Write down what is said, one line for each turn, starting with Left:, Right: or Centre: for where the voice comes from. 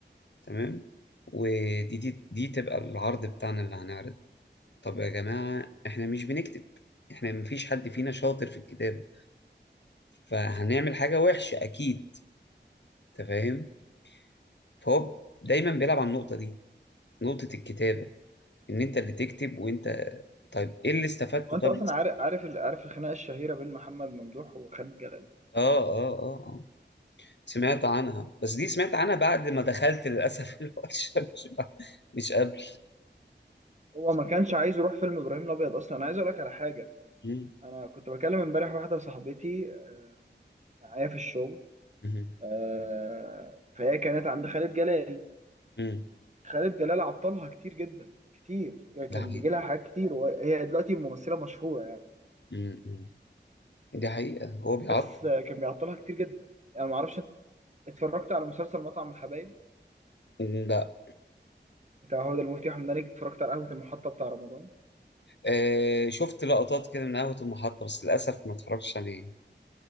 Left: تمام ودي دي, دي تبقى العرض بتاعنا اللي هنعرض طب يا جماعة إحنا مش بنكتب إحنا مفيش حد فينا شاطر في الكتابة فهنعمل حاجة وحشة أكيد أنت فاهم فهو دايما بيلعب على النقطة دي نقطة الكتابة إن أنت اللي تكتب وأنت طيب إيه اللي استفدته
Right: وانت
Left: طب
Right: اصلا عارف عارف ال- عارف الخناقه الشهيره بين محمد ممدوح وخالد جلال
Left: آه آه آه آه. سمعت عنها بس دي سمعت عنها بعد ما دخلت للأسف <laughs> الورشة مش بعد- مش قبل
Right: هو ما كانش عايز يروح فيلم ابراهيم الابيض اصلا انا عايز اقول لك على حاجه
Left: مم.
Right: انا كنت بكلم امبارح واحده صاحبتي آه، معايا في الشغل
Left: مم.
Right: آه، فهي كانت عند خالد جلال
Left: مم.
Right: خالد جلال عطلها كتير جدا كتير
Left: ده
Right: كان
Left: حقيقي
Right: بيجي لها حاجات كتير وهي دلوقتي ممثله مشهوره
Left: مم. مم. دي حقيقة هو بيعطل
Right: بس آه، كان بيعطلها كتير جدا يعني ما اعرفش اتفرجت على مسلسل مطعم الحبايب
Left: مم. لا
Right: بتاع هدى المفتي واحمد مالك اتفرجت على قهوة المحطة بتاع رمضان
Left: آه شفت لقطات كده من قهوة المحطة بس للأسف ما اتفرجتش عليه